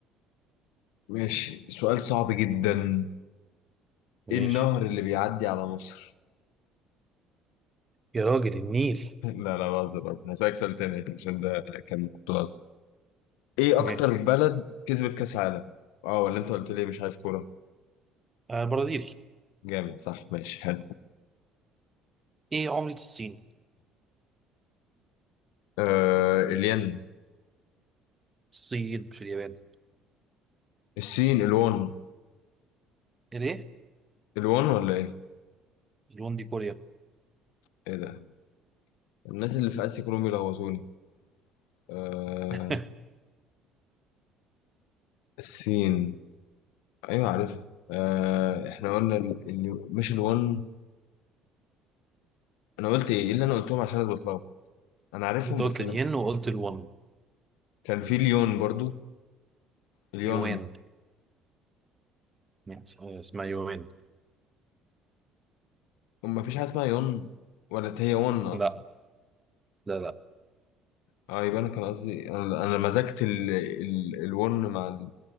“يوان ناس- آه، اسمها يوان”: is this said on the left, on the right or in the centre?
Right